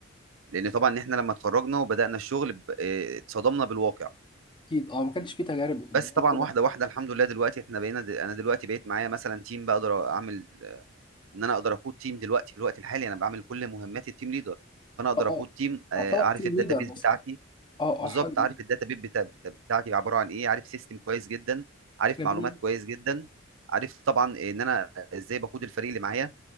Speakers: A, on the right; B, on the left.
A: لان طبعا احنا لما اتخرجنا وبدأنا الشغل ب- آه، اتصدمنا بالواقع
B: اكيد اه ما كانش فيه تجارب قدام
A: بس طبعا
B: كده
A: واحده واحده الحمد لله دلوقتي احنا بقينا د... انا دلوقتي بقيت معايا مثلا تيم بقدر اعمل ان انا اقدر اقود تيم دلوقتي في الوقت الحالي انا بعمل كل مهمات التيم ليدر فانا اقدر
B: اه
A: اقود
B: اه
A: تيم آه،
B: تعتبر
A: اعرف
B: تيم
A: الداتابيز
B: ليدر بس
A: بتاعتي
B: اه
A: بالظبط
B: اه حلو
A: عارف الداتابيز بتا... بتا... بتاعتي عباره عن ايه عارف سيستم كويس جدا عارف
B: جميل
A: معلومات كويس جدا عارف طبعا ان انا ازاي بقود الفريق اللي معايا